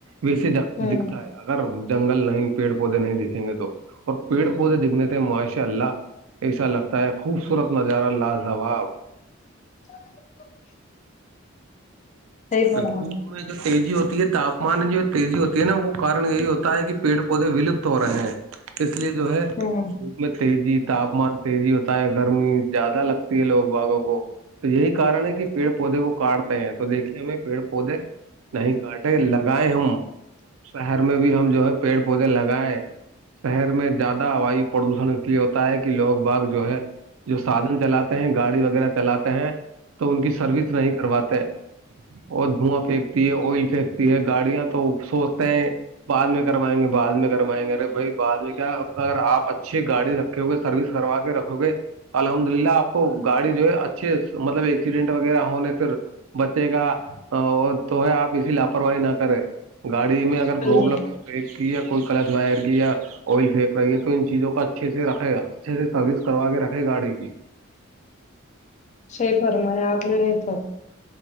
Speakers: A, on the right; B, on the left.
A: ویسے ڈ
B: ہوں
A: دکھتا ہے اگر جنگل نہیں پیڑ پودے نہیں دکھیں گے تو اور پیڑ پودے دکھنے تھے ماشاء اللہ ایسا لگتا ہے خوبصورت نظارہ لاجواب
B: اچ <unintelligible> <inaudible> فرمایا
A: تو دھوپ
B: ہوں
A: میں جو تیزی ہوتی ہے تاپمان میں جو تیزی ہوتی ہے نا وہ کارن یہی ہوتا ہے کہ پیڑ پودے ولپت ہو رہے ہیں تو اس لیے جو ہے
B: ہوں
A: د میں تیزی تاپمان تیزی ہوتا ہے گرمی زیادہ لگتی ہے لوگ باغوں کو تو یہی کن ہے کہ پیڑ پودے وہ کاٹتے ہیں تو دیکھیے ہمیں پیڑ پودے نہیں کاٹے لگائے ہم شہر میں بھی ہم جو ہے پیڑ پودے لگائے شہر میں زیادہ ویو پردوشن اس لیے ہوتا ہے کہ لوگ باغ جو ہے جو سادن چلاتے ہیں گاڑی وغیرہ چلاتے ہیں تو ان کی سروس نہیں کرواتے اور دھواں پھینکتی ہے آئل پھینکتی ہے گاڑیاں تو سوچتے ہیں بعد میں کروائیں گے بد میں کروائیں گے ارے بھائی بع میں کیا اگر آپ اچھی گاڑی رکھے ہوگئے سروس کروا کے رکھو گے الحمد للہ آپ کو گاڑی جو ہے اچھے مطلب ایکسیڈنٹ وغیرہ ہونے پھر بچے گا تو ہے آپ اسسی لاپرواہی نہ کریں گاڑی میں اگر پروبلم
B: جی
A: ہے بریک کی یا کوئی کلش وائر کی یا آئل پھییک رہی ہے تو ان چیزوں کو اچھے سے رکھے اچھے سے سروس کروا کے رکھے گاڑی کی
B: صی پر میں آپ میں نہیں تو